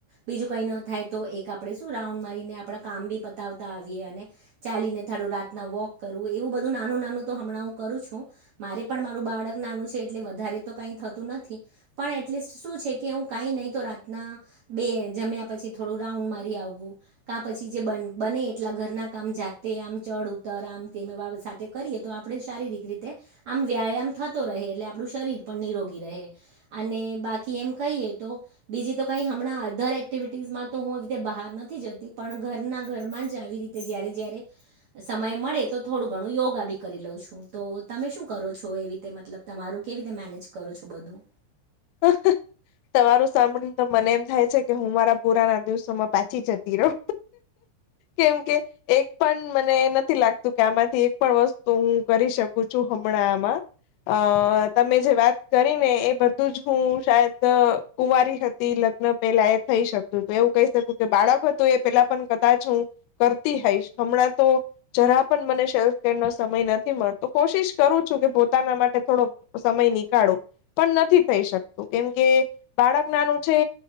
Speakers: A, on the right; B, on the left.
A: બીજું કઈ ન થાય તો એક આપડે શું રાઉન્ડ મારીને આપ કામ બી પતાવતા ચાલીને થડું રાતના વોક કરવું એવું બધું નાનું નાનું તો હમણાં હ કરું છું મારે મારું બાળક નાનું છે એટલે વધારે તો કઈ થતું નથી પણ એટસ્ટ શું છે કે હું કઈ નહી તો રાતના બે જમ્યા પછ થોડું રાઉન્ડ મારી આવવું ક પછી જે બને કેટલા ઘરના કામ જાતે આમ ચડ ઉતર આમ સાથે કરીએ તો આપડે શારીરિક રીતે વ્યાયામ થતો રહે એટલે આપણું શરીર પણ નિરોગી રહે અને બાકી એમ કહીએ તો બીજી તો કઈ હમણાં અધર એક્ટિવિટીઝમાં તો હું આવી રીતે બહાર નથી જતી પણ ઘરના ઘરમાં જ આવી રી જ્યારે જ સમય મળે તો થોડું ઘણું યોગા બી કરી લઉં છું તો તમે શું કરો. છો એવી રીતે મતલ તમારું કેવી રીતે મેનેજ કરો છો બધું.
B: હ <unintelligible> તમારું સાંભળ તો મને એમ થાય છે કે હું મારા પુરાના દિવસોમાં પાછી જતી રહ કેમ કે એક પણ મને નથી લાગતું કે આમાંથી એક પણ વસ્તુ હું કરી શકું છું. હમણા અ તમે જે વાત કરી ને એ બધ જ હું શદ કુવારી હતી લગ્ન પેલા એ થઈ શકતું તો એવું કહી શકું કે બાળક એ પેલા પણ કદાચ હું કરતી હઈશ હમણાં તો જરા પણ મને સેલ્ફ સમય નથી મળતો કોશિશ કરું છું કે પોતાના માટે થોડો સમય નીકાળો પણ નથી. થઈ શકતું કેમ કે બાળક નાનું છે.